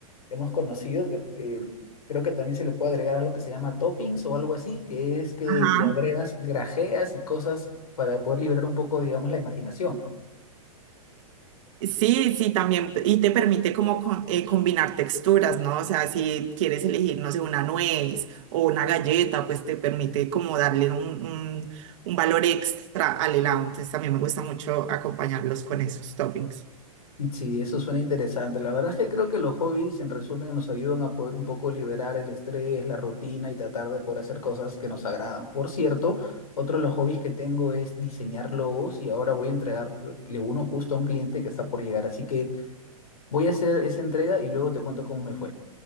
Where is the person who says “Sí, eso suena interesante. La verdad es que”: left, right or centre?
Left